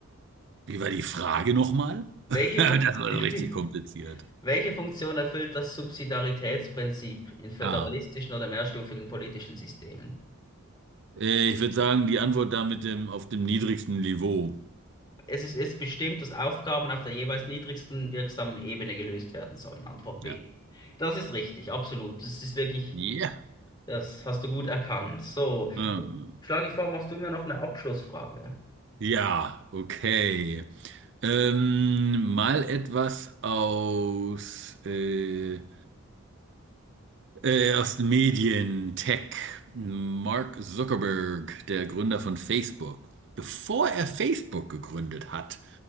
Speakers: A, on the right; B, on the left.
A: Wie war die Frage nochmal?
B: Welche
A: <laughs> Das
B: Fun-
A: war
B: <laughs>
A: so richtig kompliziert.
B: Welche Funktion erfüllt das Subsidiaritätsprinzip in föderalistischen
A: Ah.
B: oder mehrstufigen politischen Systemen?
A: Äh, Ich würde sagen, die Antwort da mit dem auf dem niedrigsten Niveau.
B: Es ist, es bestimmt, dass Aufgaben auf der jeweils niedrigsten wirksamen Ebene gelöst werden sollen. Antwort
A: Ja.
B: B. Das ist richtig, absolut. Das ist wirklich,
A: Ja.
B: das hast du gut erkannt. So,
A: Hm.
B: schlage ich vor, machst du mir noch eine Abschlussfrage?
A: Ja, okay. Ähm, mal etwas aus äh, Äh, aus den Medien, Tech, Mark Zuckerberg, der Gründer von Facebook. Bevor er Facebook gegründet hat,